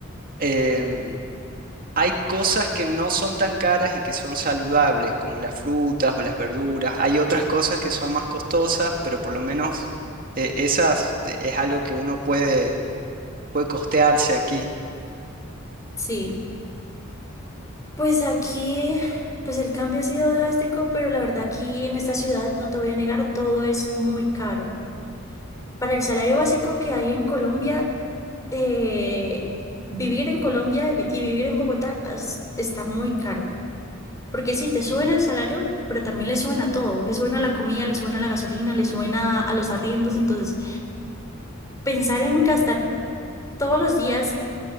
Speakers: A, on the right; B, on the left.
A: em, hay cosas que no son tan caras y que son saludables, como las frutas o las verduras. Hay otras cosas que son más costosas, pero por lo menos eh, esas eh, es algo que uno puede, puede costearse aquí.
B: Sí. Pues aquí, pues el cambio ha sido drástico, pero la verdad aquí en esta ciudad, no te voy a negar, todo es muy caro. Para el salario básico que hay en Colombia, eh, vivir en Colombia y vivir en Bogotá es- está muy caro. Porque sí, te suben el salario, pero también le suben a todo. Le suben a la comida, le suben a la gasolina, le suben a, a los arriendos. Entonces, pensar en gastar todos los días